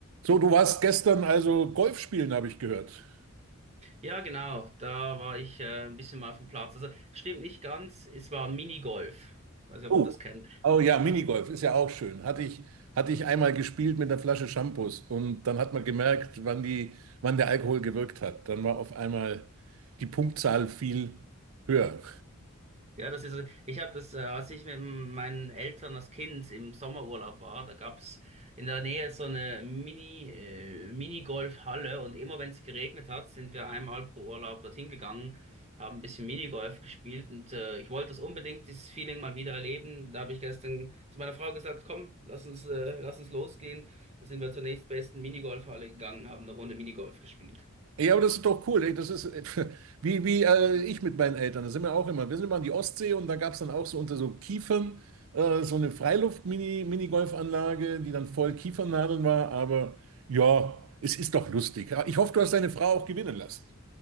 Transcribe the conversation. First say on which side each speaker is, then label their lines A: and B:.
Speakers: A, on the right (about 70°); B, on the right (about 30°).
A: So, du warst gestern also Golf spielen, habe ich gehört.
B: Ja, genau, da war ich äh, ein bisschen mal auf dem Platz. Also, stimmt nicht ganz, es war Minigolf. Weiß nicht, ob
A: Oh,
B: du das kennst.
A: Oh ja, Minigolf ist ja auch schön. Hatte ich, hatte ich einmal gespielt mit einer Flasche Shampoos und dann hat man gemerkt, wann die, wann der Alkohol gewirkt hat. Dann war auf einmal die Punktzahl viel höher.
B: Ja, das ist, ich habe das, äh, als ich mit meinen Eltern als Kind im Sommerurlaub war, da gab's in der Nähe so eine Mini, äh, Minigolfhalle und immer wenn es geregnet hat, sind wir einmal pro Urlaub dorthin gegangen, haben ein bisschen Minigolf gespielt und äh, ich wollte das unbedingt, dieses Feeling mal wieder erleben. Da habe ich gestern zu meiner Frau gesagt, komm, lass uns, äh, lass uns losgehen. Da sind wir zur nächstbesten Minigolfhalle gegangen, haben eine Runde Minigolf gespielt.
A: Ja, aber das ist doch cool. ey. Das ist äh, <laughs> wie, wie äh, ich mit meinen Eltern. Da sind wir auch immer. Wir sind immer an die Ostsee und da gab es dann auch so unter so Kiefern äh, so eine Freiluft-Mini-Minigolfanlage, die dann voll Kiefernadeln war. Aber ja, es ist doch lustig. Ja, Ich hoffe, du hast deine Frau auch gewinnen lassen.